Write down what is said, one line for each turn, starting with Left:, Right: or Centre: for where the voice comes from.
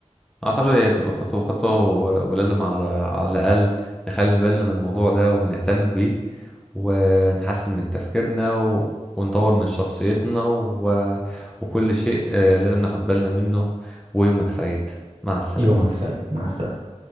Centre: اعتقد هي بتبقى خطوه خطوه و- ولازم على على الاقل نخلي بالنا من الموضوع ده ونهتم بيه ونحسن من تفكيرنا و... ونطور من شخصيتنا و... وكل شيء آه، لازم ناخد بالنا منه ويومك سعيد مع السلامة
Right: يومك سعيد مع السلامة